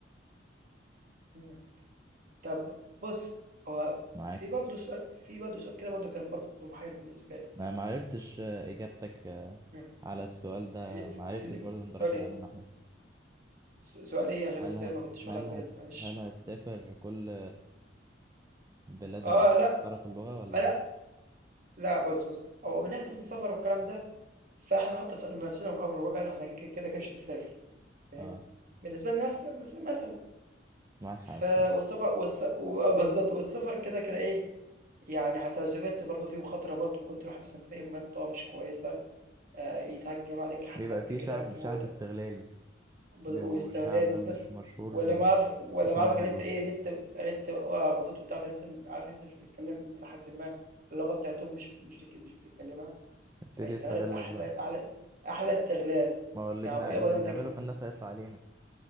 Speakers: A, on the right (about 50°); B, on the right (about 20°).
A: مم. طب بص هو
B: معاك
A: في برضه سؤال في برضه سؤال كده برضه كان برضه محير بالنسبه لي
B: أنا معرفتش آه، إجابتك آه،
A: مم.
B: على السؤال ده
A: في
B: معرفتش
A: في ال-
B: برضو أنت رايح
A: سؤال ايه
B: لأنه ناحية
A: س- سؤال ايه عشان
B: هل
A: بس
B: هت
A: ما كنتش
B: هل
A: واخد
B: هت
A: بالي معلش
B: هل هتسافر كل بلاد
A: اه
B: العالم
A: لا
B: تعرف اللغة ولا
A: آه لا لا بص بص هو من ناحيه السفر والكلام ده فإحنا نحُط ف نَفْسنا في أمر الواقع إن إحنا ك ك كده، كده مش هنسافر فاهم،
B: اه
A: بالنسبة لنا مثلًا مث مثلًا
B: معاك حق الصراحة
A: ف والسفر والس و آه بالضبط، والسفر كده، كده إيه، يعني حتى لو سافرت برضه في مخاطرة برضه ممكن تروح مثلًا في أي منطقة مش كويسة، آآ يتهجم عليك حد
B: بيبقى فيه
A: كده
B: شعب
A: يموتك
B: شعب استغلالي
A: ب واستغلال
B: بيبقوا شعب
A: وفي
B: مش
A: نفس
B: مشهور
A: ولا معارف ولا
B: بسمعة
A: معارفك
B: حلوة
A: إن أنت إيه، إن أنت إن أنت آه بالضبط، وتعرف إن أنت م عارف إن أنت مش بتتكلم إلى حدٍ ما، اللغة بتاعتهم مش مش بتك مش بتتكلمها،
B: يبتدي
A: فهيستغلك
B: يستغلك
A: أحلى
B: بقى
A: أعلى أحلى استغلال، يعني.
B: ما هو اللي بنا...
A: يابا يابا
B: اللي
A: ده
B: بنعمله
A: أنت كده
B: في الناس هيطلع علينا